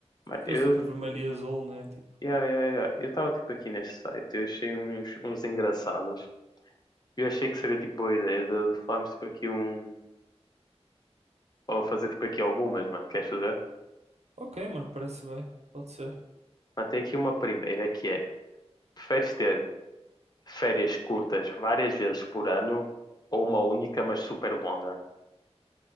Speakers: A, on the left (about 40°); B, on the right (about 75°).
A: Mano,
B: Aqueles
A: eu,
B: tipo vermelho e azul, né? Tipo,
A: yeah, yeah, yeah. Eu estava, tipo, aqui neste site, eu achei uns, uns engraçados. Eu achei que seria, tipo, boa ideia de, de falarmos, tipo, aqui um Vou fazer tipo aqui algumas, mano. Queres fazer?
B: ok, mano, parece bem. Pode ser.
A: Mano, tem aqui uma primeira que é: preferes ter férias curtas várias vezes por ano ou uma única, mas super longa?